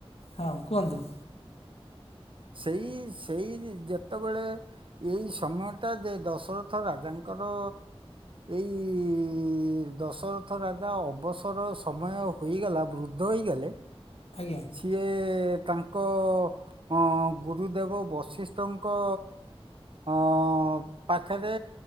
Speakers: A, on the left (about 80°); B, on the right (about 55°).
A: ହଁ କୁହନ୍ତୁ।
B: ସେଇ ସେଇ ଯେତେବେଳେ ଏଇ ସମୟଟା ଯେ ଦଶରଥ ରାଜାଙ୍କର ଏଇ ଦଶରଥ ରାଜା ଅବସର ସମୟ ହୋଇଗଲା ବୃଦ୍ଧ ହୋଇଗଲେ
A: ଆଜ୍ଞା
B: ସିଏ ତାଙ୍କ ଅ ଗୁରୁଦେବ ବଶିଷ୍ଠ ଙ୍କ। ହଁ ପାଖରେ